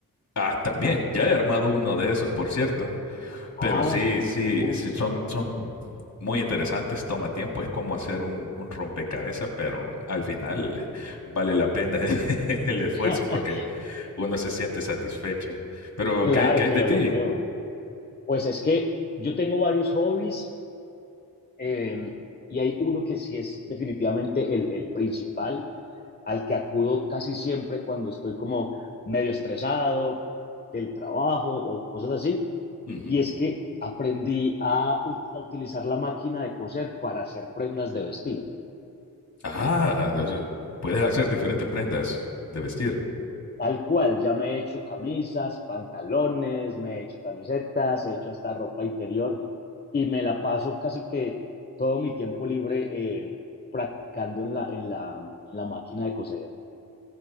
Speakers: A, on the left; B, on the left.
A: Ah, también, ya he armado uno de esos, por cierto.
B: Ay,
A: Pero sí,
B: qué,
A: sí,
B: qué cool.
A: sí, son, son muy interesantes, toma tiempo, es como hacer un, un rompecabezas, pero al final <laughs> vale la pena <laughs> el esfuerzo
B: <laughs>
A: porque uno se siente satisfecho. Pero,
B: Claro
A: ¿qué, hay- qué hay
B: que
A: de
B: lo
A: ti?
B: logró. Pues es que yo tengo varios hobbies Eh, y hay uno que sí es definitivamente el, el principal, al que acudo casi siempre cuando estoy como medio estresado del trabajo o cosas así.
A: Ujú.
B: Y es que aprendí a, u- a utilizar la máquina de coser para hacer prendas de vestir.
A: Ah, no sé, puedes hacer diferentes prendas de vestir.
B: Tal cual, ya me he hecho camisas, pantalones, me he hecho camisetas, he hecho hasta ropa interior y me la paso casi que todo mi tiempo libre eh, practicando en la, en la, en la máquina de coser.